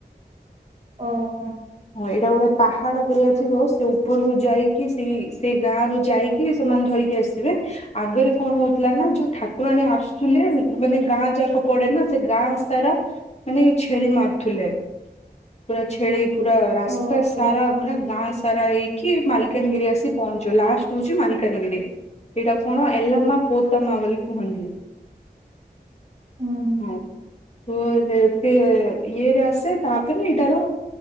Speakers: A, on the right; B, on the left.
A: ଓହୋ।
B: ହଁ ଏଇଟା ଗୋଟେ ପାହାଡ଼ ପରିକା ଥିବ ସେ ଉପରକୁ ଯାଇକି ସେଇ-ସେଇ ଗାଁ ରୁ ଯାଇକି ସେମାନେ ଧ ଆସିବେ ଆଗରେ କଣ ହଉଥିଲା ନା ଯୋଉ ଠାକୁରାଣୀ ଆସୁଥିଲେ ମାନେ ଗାଁ ଯାକ ପଡେ ନା ସେ ଗାଁ ସାରା ମାନେ ଛେଳି ମାରୁୁଥିଲେ ପୁରା ଛେଳି ପୁରା ରାସ୍ତା
A: ଓହୋ
B: ସାରା ମାନେ ଗାଁ ସାରା ଏଇ କି ମାଲକାନଗିରି ଆସି ପହଞ୍ଚିବ ଲାଷ୍ଟ ହଉଛି ମାଲକାନଗିରି ଏଇଟା କଣ ଏଲାମା ପୋତାମା ବୋଲି କୁହନ୍ତି।
A: ହୁଁ ହୁଁ
B: ହଁ ତ <inaudible> ସେ ଇଏରେ ଆସେ ତାପରେ ଏଇଟାରୁ